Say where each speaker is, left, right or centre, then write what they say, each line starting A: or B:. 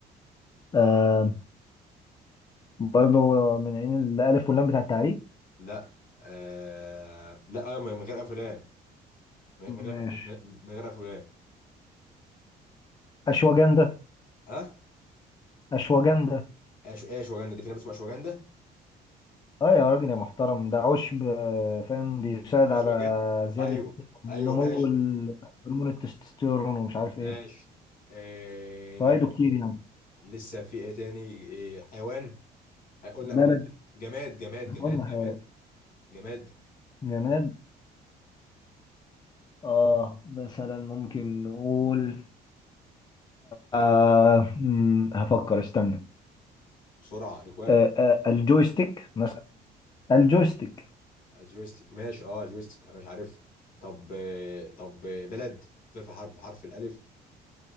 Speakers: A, on the left; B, on the left.
A: آه برضو من عين الألف واللام بتاع التعريب
B: لا آه لا آه من غير افلام من غير
A: ماشي
B: من غير افلام
A: أشواجندة
B: اه
A: أشواجندة
B: ايش ايه اشواجندا دي في نبات اسمه اشواجندا
A: اه يا راجل يا محترم ده عشب آه، فاهم بيساعد
B: اشواجندا
A: على زيادة
B: ايوه
A: نمو
B: ايوه ماشي
A: ال- هرمون التستوستيرون ومش عارف ايه
B: ماشي آه
A: فوائده
B: نب...
A: كتير يعني
B: لسه في ايه تاني إيه حيوان آه، قلنا
A: بلد
B: قلنا جماد جماد جماد
A: قلنا
B: جماد
A: حيوان
B: جماد
A: جماد اه مثلا ممكن نقول آه مم، هفكر استنى
B: بسرعه ليك وقت
A: آه آه الجويستيك مثلا الجويستيك
B: الجويستيك ماشي اه الجويستيك انا مش عارف طب آه طب آه بلد بترفع حرف بحرف الالف